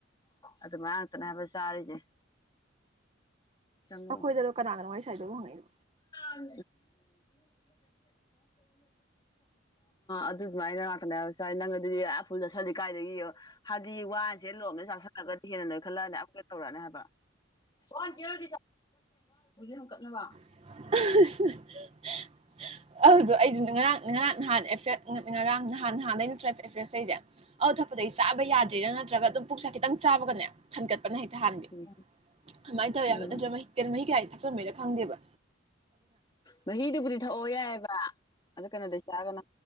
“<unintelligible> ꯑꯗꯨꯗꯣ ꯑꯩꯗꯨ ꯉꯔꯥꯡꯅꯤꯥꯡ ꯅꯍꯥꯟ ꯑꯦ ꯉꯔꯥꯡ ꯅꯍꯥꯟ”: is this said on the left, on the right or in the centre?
Right